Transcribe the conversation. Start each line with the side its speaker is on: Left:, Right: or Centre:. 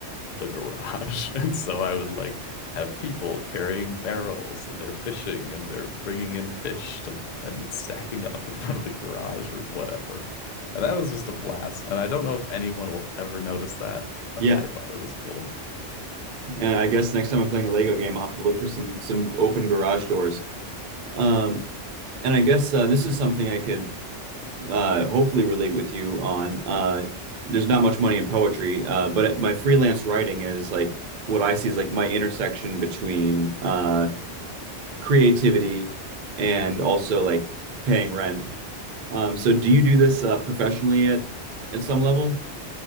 Left: the garage. <laughs> And so I would like have people carrying barrels and they're fishing and they're bringing in fish to and it's stacking up in front of the garage or whatever. And that was just a blast. And I don't know if anyone will ever notice that, but
Right: Yeah,
Left: I thought it was cool.
Right: and I guess next time I'm playing a Lego game, I'll have to look for some some open garage doors. Um, and I guess uh, this is something I could uh, hopefully relate with you on. Uh, there's not much money in poetry, uh, but my freelance writing is like what I see is like my intersection between uh, creativity and also like paying rent. Um, so do you do this uh, professionally at at some level?